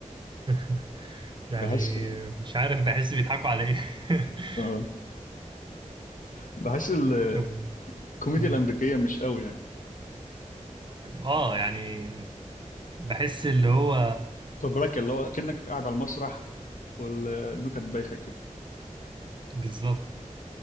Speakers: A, on the right; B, on the left.
A: <laughs> يعني
B: بحس
A: مش عارف بحس بيضحكوا على ايه <laughs>
B: آه. بحس ال-
A: طب
B: الكوميديا
A: مم.
B: الامريكيه مش قوي يعني
A: اه يعني بحس اللي هو
B: فبراك اللي هو كانك قاعد على المسرح والنكت بايخه كده
A: بالظبط